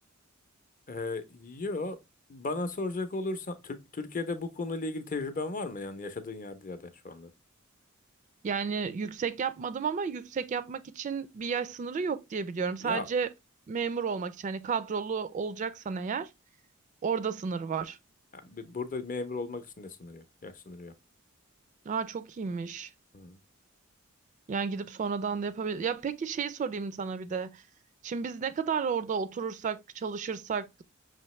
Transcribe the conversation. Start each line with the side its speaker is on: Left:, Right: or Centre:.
Left: Ee, yo bana soracak olursan Tür- Türkiye'de bu konuyla ilgili tecrüben var mı yani yaşadığın yerde ya da şu anda?
Right: Yani yüksek yapmadım ama yüksek yapmak için bir yaş sınırı yok diye biliyorum. Sadece
Left: Yok.
Right: memur olmak için hani kadrolu olacaksan eğer orada sınır var.
Left: Yani bir- burada memur olmak için de sınır yok. Yaş sınırı yok.
Right: Aa çok iyiymiş.
Left: Hmm.
Right: Yani gidip sonradan da yapabilir. Ya peki şeyi sorayım sana bir de. Şimdi biz ne kadar orada oturursak, çalışırsak